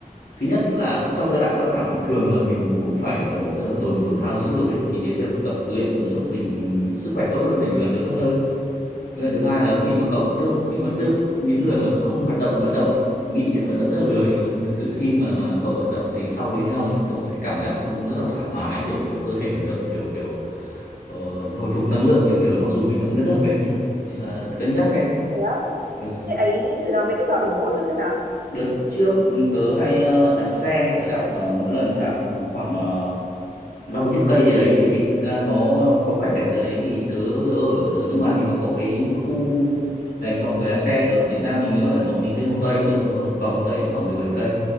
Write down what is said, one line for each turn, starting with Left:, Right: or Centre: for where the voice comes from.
Left: thứ nhất là trong giai đoạn căng thẳng ấy, thường là mình cũng phải kiểu tức là tồn tổn hao sức lực ấy, thì cái việc tập luyện nó giúp mình sức khỏe tốt hơn để mình làm việc tốt hơn Với cả
Right: Ừ,
Left: thứ hai là khi mà cậu tức là khi mà tức những người mà không hoạt động vận động ấy, nghĩ chuyện vận động rất là lười nhưng mà thực sự khi mà mà cậu vận động thì sau đấy xong ấy, cậu sẽ cảm giác rất là thoải mái kiểu kiểu cơ thể nó được kiểu kiểu ờ, hồi phục năng lượng kiểu kiểu ấy, mặc dù mình đã rất là mệt nhá nên là cân nhắc xem
Right: thế á.
Left: ừ.
Right: Thế ấy thử làm mấy cái trò đổ mồ hôi trước xem nào.
Left: Đợt trước ừ, tớ hay ờ, đạp xe tớ đạp ờ, mỗi lần tớ đạp khoảng ờ, ba bốn chục cây gì đấy tại vì à, nó có cảnh đẹp ở đấy thì tớ, tớ ở ở nước ngoài thì nó có cái khu dành cho người đạp xe ở Việt Nam mình nếu ở Hà Nội thì lên Hồ Tây cũng được một vòng Hồ Tây nó khoảng mười bảy cây